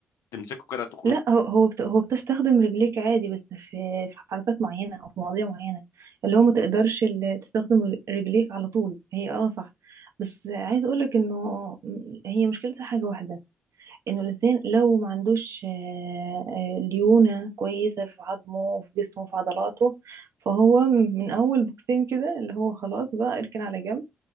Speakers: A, on the left (about 75°); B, on the right (about 65°).
A: تمسكه كده تخنقه
B: لا هو هو بت- هو بتستخدم رجليك عادي بس في في حركات معينة أو في مواضيع معينة اللي هو ما تقدرش ال- تستخدم ر- رجليك على طول هي اه صح بس عايز أقولك إنه م- هي مشكلتها حاجة واحدة إنه الإنسان لو ما عندوش آه، آه، ليونة كويسة في عظمه وفي جسمه وفي عضلاته فهو من أول بوكسين كده اللي هو خلاص بقى اركن على جنب